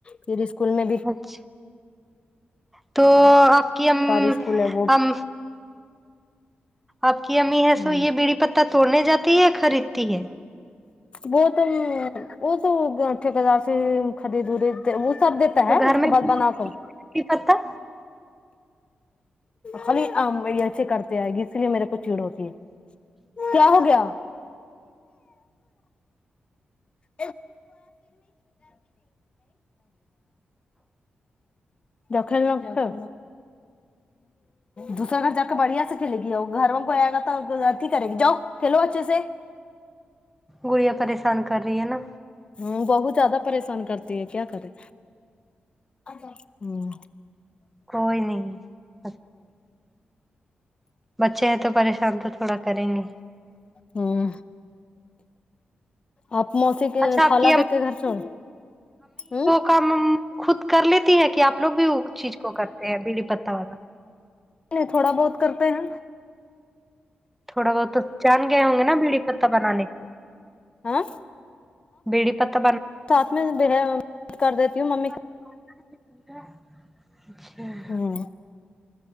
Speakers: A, on the left; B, in the centre.
A: پھر اسکول میں بھی
B: اچھا تو آپ کی
A: سرکاری
B: ام
A: اسکول ہے وہ
B: ام آپ کی امی
A: ہوں
B: ہے سو یہ بیڑی پتہ توڑنے جاتی ہے یا خریدتی ہے
A: وہ تم وہ تو ٹھیکدار سے خریدری ورید وہ سب دیتا ہے
B: تو گھر
A: اس
B: میں
A: کے بعد
B: بیڑی
A: بنا کر
B: پتہ
A: خلی ام ویسے کر آئے گی اسی لیے میرے کو چڑ ہوتی ہے کیا ہو گیا <inaudible> دخل نکو دوسرا گھر جا کے بڑھیا سے کھیلے گی اور گھر میں کو آئے گا تو گلاٹھی کرے گی جاؤ کھیلو اچھے سے
B: گڑیاں پریشان کر رہی ہے نا
A: ہوں بہت زیادہ پریشان کرتی ہے کیا کرے ہوں
B: کوئی نہیں سب چاہے تو پریشان تو تھوڑا کریں گے
A: ہوں آپ موسی کے
B: اچھا آپ
A: خالہ
B: کی
A: کر کے گھر چھوڑ ہوں
B: کامم خود کر لیتی ہے کہ آپ لوگ بھی اس چیز کو کرتے ہیں بیڑی پتہ والا
A: نہیں تھوڑا بہت کرتے ہیں
B: تھوڑا بہت جان گئے ہوں گے نا بیڑی پتہ بنانے
A: ہوں
B: بیڑی پتہ بن
A: ساتھ میں برا کر دیتی ہوں ممی کا
B: اچھا
A: ہمم